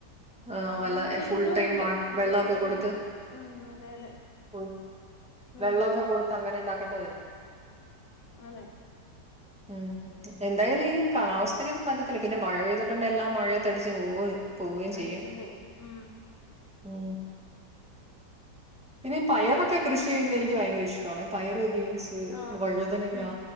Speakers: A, in the centre; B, on the left (about 70°).
A: ആ വല്ല
B: അങ്ങനെ ചെയ്യുന്നവരുണ്ട്
A: ഫുൾ ടൈം വ
B: ടെറസുകളിലൊക്കെ
A: വെള്ളമൊക്കെ കൊടുത്ത്
B: ഉം അതെ അതെ
A: ഉം,
B: ഉം
A: വെള്ള ഒക്കെ കൊടുത്ത് അങ്ങനെ ഇണ്ടാകണ്ട് വരും.
B: ആ ന്നേ, <unintelligible>
A: ഉം. എന്തായാലും ഈ കാലാവസ്ഥക്കൊന്നും പറ്റത്തില്ല പിന്നെ മഴ പെയ്തിട്ടുണ്ട് എല്ലാം മഴയെ തടിച്ച് പോ പോവേ
B: അടിച്ചു
A: ചെയ്യും.
B: പോവും ഉം
A: ഉം പിന്നെ പയറൊക്കെ കൃഷി ചെയ്യുന്നത് എനിക്ക് ഭയങ്കര ഇഷ്ടമാണ്. പയറ് ബീൻസ്.
B: ആഹ്
A: ഹ് വഴുതനങ്ങ
B: ഉം